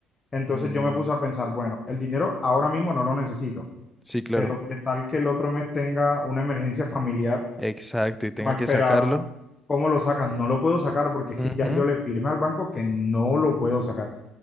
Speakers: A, on the left; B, in the centre.
A: Entonces
B: Mm,
A: yo me puse a pensar, bueno, el dinero ahora mismo no lo necesito,
B: sí, claro.
A: pero qué tal que el otro mes tenga una emergencia familiar
B: Exacto, y tenga
A: no esperada,
B: que sacarlo.
A: ¿Cómo lo sacan? No lo puedo sacar porque es
B: Ujú.
A: que ya yo le firmé al banco que no lo puedo sacar.